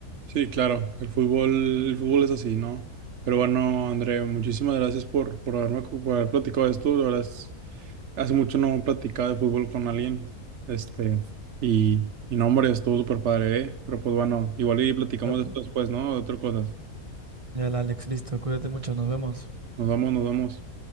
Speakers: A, on the right; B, on the right.
A: Sí, claro, el fútbol, el fútbol es así, ¿no? Pero bueno, André, muchísimas gracias por, por haberme, por haber platicado de esto. La verdad es- hace mucho no platicaba de fútbol con alguien. Este, y, y no, hombre, estuvo súper padre, ¿eh? Pero pues bueno, igual y platicamos
B: Ya, pues.
A: de esto después, ¿no? De otras cosas.
B: Ya, Alex, listo. Cuídate mucho, nos vemos.
A: Nos vamos, nos vamos.